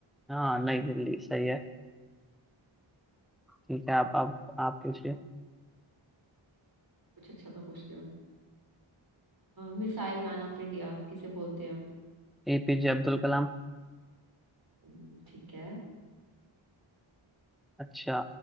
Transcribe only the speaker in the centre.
हाँ नई दिल्ली सही है ठीक है आप आप आप पूछिए
एपीजे अब्दुल कलाम
अच्छा